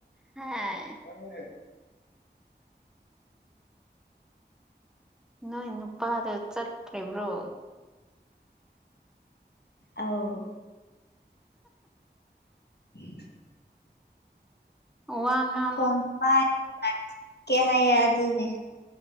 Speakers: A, in the centre; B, on the left.
A: ꯍꯥꯏ
B: ꯑ <unintelligible>
A: ꯅꯣꯏ ꯅꯨꯄꯥꯗꯨ ꯆꯠꯇ꯭ꯔꯤꯕ꯭ꯔꯣ
B: ꯑꯧ ꯎꯝ <unintelligible>
A: ꯋꯥ ꯉꯥꯥꯡ
B: <unintelligible> ꯀꯦ ꯍꯥꯏꯌꯦ ꯑꯗꯨꯒꯤ